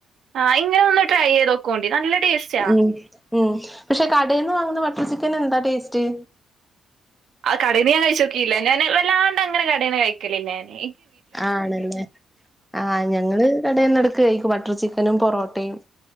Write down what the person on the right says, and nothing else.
ആ ഇങ്ങനെ ഒന്ന് ട്രൈ ചെയ്ത് നോക്കോണ്ടി നല്ല ടേസ്റ്റാ
ആ കടയിന ഞാൻ കഴിച്ചോക്കില്ല ഞാന് വല്ലാണ്ട് അങ്ങനെ കടയിെ കഴിക്കലില്ല ഞ്ഞാന്